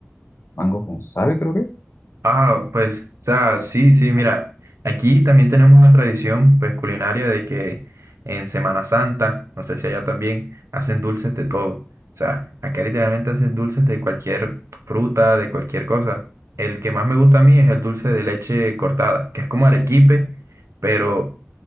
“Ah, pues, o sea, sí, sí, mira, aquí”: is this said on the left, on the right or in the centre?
Right